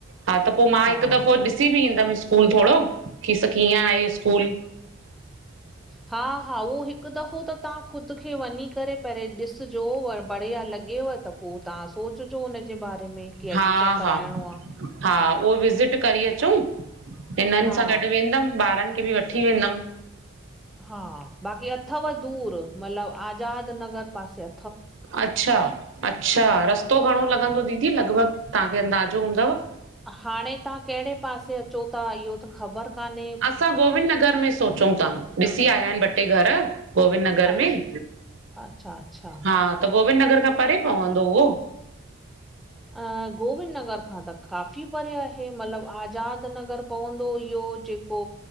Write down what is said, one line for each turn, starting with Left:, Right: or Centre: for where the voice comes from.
Right: हा त पो मां
Centre: हा
Right: हिक दफ़ो ॾिस सी बि ईंदम स्कूल थोड़ो, की स कीअं आहे स्कूल।
Centre: हा-हा, उहो हिक़ दफ़ो त तहां ख़ुद खे वञीं करे पहेरे ॾिसजो, बढ़िया लॻेव त पो तहां सोच जो हुन जे बारे में की
Right: हा-
Centre: एडमिशन कराइणो
Right: हा,
Centre: आहे
Right: हा उहो विज़िट करे अचऊं। हिनन
Centre: हा
Right: सां गॾु वेंदम, ॿारन खे बि वठी वेंदम।
Centre: हा, बाक़ी अथव दूर मलब आज़ाद नगर पासे अ
Right: अच्छा- अच्छा रस्तो घणो लॻंदो दीदी लगभग तहांखे अंदाज़ो हूंदव?
Centre: हाणे तहां केड़े पासे अचो ता इहो त ख़बर काने।
Right: असां गोविंद नगर में सोचऊं ता। ॾिसी आया इनि ॿ-टे घर गोविंद नगर
Centre: अच्छा
Right: में,
Centre: अच्छा अच्छा
Right: हा। त गोविंद नगर खां परे पवंदो उहो।
Centre: अ गोविंद नगर खां त काफ़ी परे आहे, मलब आज़ाद नगर पवंदो इहो, जे पो